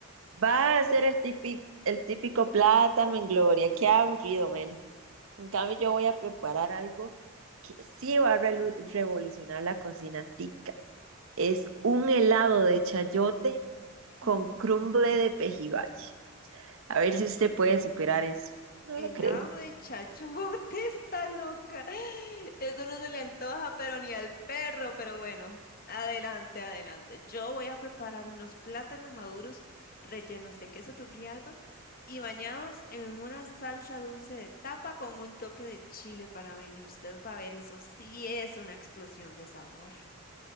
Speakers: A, on the right; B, on the left.
A: Va
B: Ah,
A: a ser el típico, el típico plátano en gloria. Qué aburrido, Mela. En cambio, yo voy a preparar algo que sí va a relu- revolucionar la cocina tica. Es un helado de chayote con
B: mm,
A: crumble de pejibache. A ver si usted puede superar eso. No
B: Helado
A: lo creo.
B: de chayote <laughs> está loca. Eso no se le antoja, pero ni al perro, pero bueno, adelante, adelante. Yo voy a preparar unos plátanos maduros rellenos de queso turrialba y bañados en una salsa dulce de tapa con un toque de chile panameño. Usted va a ver, eso sí es una explosión de sabor.